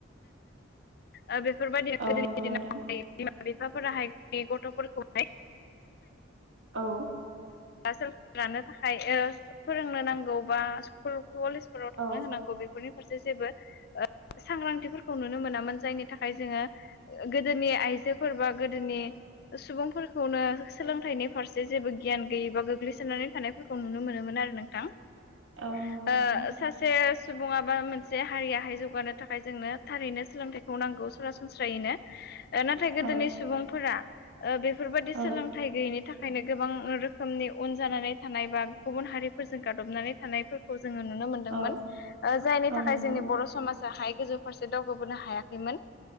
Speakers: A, on the left (about 50°); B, on the right (about 85°).
A: ओ बेफोरबायदि गोदोनि
B: औ नंगौ नोंथां
A: दिनावहाय बिमा बिफाफोराहाय गथ'फोरखौहाय
B: औ
A: बा सोलोंथाइ लानो थाखाय ओ फोरोंनो नांगौ बा स्कुल कलेजफोराव थांनो
B: औ
A: होनांगौ बेखौ। न'खरनि फारसे जेबो ओ सांग्रांथिफोरखौ नुनो मोनामोन जायनि थाखाय जोङो। गोदोनि आइजोफोर बा गोदोनि सुबुंफोरखौनो सोलोंथाइनि फारसे जेबो गियान गैयिबा गोग्लैसोनानै थानायफोरखौ नुनो मोनोमोन आरो नोंथां।
B: औ नंगौ नोंथां
A: सासे सुबुङा बा मोनसे हारियाहाय जौगानो थाखाय। मफ्राय जोंनो थारैनो सोलोंथाइखौ नांगौ सरासनस्रायैनो नाथाय गोदोनि
B: औ
A: सुबुंफोरा बेफोरबायदि
B: औ
A: सोलोंथाइ गैयिनि थाखायनो गोबां। रोखोमनि उन जानानै थानाय बा गुबुन हारिफोरजों गादबनानै थानाय। खौ जोङो नुनो मोनदोंमोन
B: औ
A: जायनि
B: औ
A: थाखाय
B: नंगौ
A: जोंनि बर' समाज गोजौ फारसे दावगाबोनो हायाखैमोन